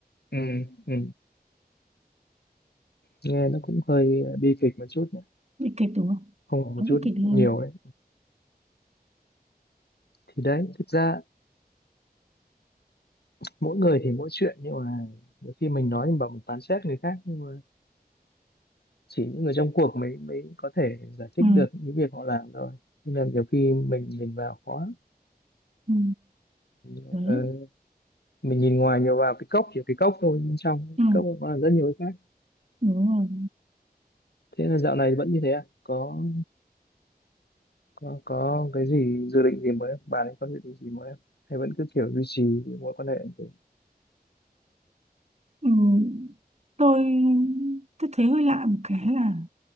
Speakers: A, on the left; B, on the right.
A: ừ, ừ. nghe nó cũng hơi bi kịch một chút nhé
B: bị kịch đúng không
A: không phải
B: quá
A: một chút
B: bị kịch luôn
A: nhiều đấy thì đấy thực ra mỗi người thì mỗi chuyện nhưng mà nhiều khi mình nói mình bảo mình phán xét người khác nhưng mà chỉ những người trong cuộc mới mới có thể giải thích
B: ừ
A: được những việc họ làm thôi nên là nhiều khi mình nhìn vào khó
B: ừ
A: Ừ,
B: đấy
A: mình nhìn ngoài nhiều vào cái cốc chỉ cái cốc thôi bên trong
B: ừ
A: cái cốc nó còn rất nhiều cái khác
B: đúng rồi
A: thế là dạo này vẫn như thế à có có có cái gì dự định gì mới không? bà ấy có dự định gì mới không hay vẫn cứ kiểu duy trì cái mối quan hệ như thế
B: ừ. tôi tôi thấy hơi lạ một cái là